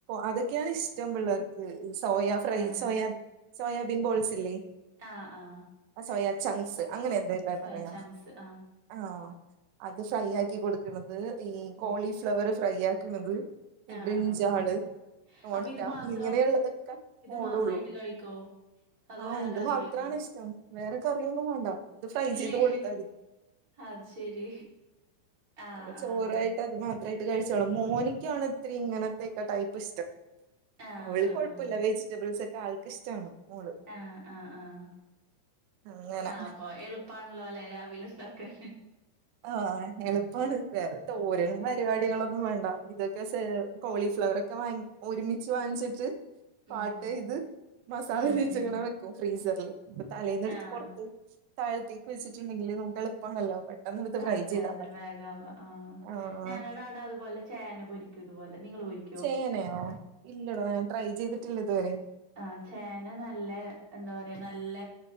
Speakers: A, on the right; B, on the right.
A: അതൊക്കെയാണ് ഇഷ്ടം പിള്ളേർക്ക് സോയാ ഫ്രൈ
B: ആഹ്
A: സോയാ സോയാബിൻ ബോൾസ് ഇല്ലേ
B: ആഹ് ആഹ്
A: അസോയ ചങ്സ് അങ്ങനെ എന്തല്ല
B: സോയ
A: പറയാ
B: ചങ്ക്സ് ആഹ്
A: ആഹ് അത് ഫ്രൈ ആക്കി കൊടുക്കണത് ഈ
B: ഉം
A: കോളിഫ്ലവർ ഫ്രൈ ആക്കണത് ഈ
B: ആഹ്
A: ബിഞ്ചാള്
B: ആഹ്
A: മുട്ട
B: അപ്പൊ ഇത് മാത്രം
A: ഇങ്ങനെയുള്ളതൊക്കെ ഓടുള്ളൂ
B: മാത്രായിട്ട് ഇത് കഴിക്കോ അതോ
A: ആഹ
B: വേറെ
A: ഇത്
B: കറി
A: മാത്രമാണ്
B: വെക്കോ
A: ഇഷ്ടം വേറെ കറിയൊന്നും വേണ്ട ഇത് ഫ്രൈ
B: ഇല്ലേ
A: ചെയ്ത് കൊടുത്താതി
B: അത് ശരി ആഹ്
A: അപ്പൊ ചോറായിട്ട്
B: ആഹ്
A: അത് മാത്രയിട്ട് കഴിച്ചോളൂ മോനിക്ക ആണ് ഇത്രരി ഇങ്ങനത്തെക്കെ ടൈപ്പ് ഇഷ്ടം
B: ആഹ്
A: അവള് കുഴപ്പല്ല
B: ആഹ്
A: വെജിറ്റബിൾസ് ഒക്കെ ആൾക്ക് ഇഷ്ടാണ് മോള്
B: ആഹ് ആഹ് ആഹ്
A: അങ്ങനെ
B: ആഹ് അപ്പൊ എളു <unintelligible> രാവിലെ <unintelligible>
A: ആഹ എളുപ്പമാണ് വേറേ തോരനും പരിപാടികളൊന്നും വേണ്ട ഇതൊക്കെ കോളിഫ്ലവർ ഒക്കെ വാങ്ങി ഒരുമിച്ച് വാങ്ങിച്ചിട്ട് പാട്ട്
B: ഉം
A: ഇത് മസാല
B: ഉം
A: തേച്
B: ഉം
A: വെക്കും ഫ്രീസറില് ഇപ്പ തലേൽന്ന
B: ആഹ്
A: എടുത്ത് പുറത്ത് താഴത്തേക്ക് വെച്ചിട്ടുണ്ടങ്കിൽ നമുക്ക് എളുപ്പാണല്ലോ പെട്ടെന്ന് എടുത്ത് ഫ്രൈ
B: അതെ
A: ചെയ്താ
B: അതെ
A: മതി
B: വേഗാവ ആഹ്
A: ആഹ്
B: ഞങ്ങളടെ അവിടെ അതുപോലെ ചേന പൊരിക്കുന്നതുപോലെ നിങ്ങൾ പൊരി
A: ചേനയോ ഇല്ലടോ ഞാൻ ട്രൈ ചെയ്തിട്ടില്ല ഇതുവരെ
B: ആഹ് ചേന നല്ല എന്താ പറയാ നല്ല